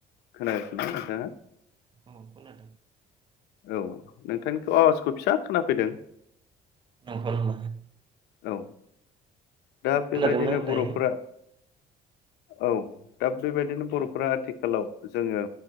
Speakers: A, on the left; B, on the right.
A: खोनागासिनो ना नोंथाङा
B: औ खोनादों
A: औ नोंथांनिखौ आवाजखौ फिसा खोनाफैदों
B: <unintelligible>
A: औ दा
B: खोनादोंना
A: बेबायदिनो
B: दायो
A: बर'फोरा औ दा बेबायदिनो बर'फोरा
B: औ
A: आथिखालाव जोङो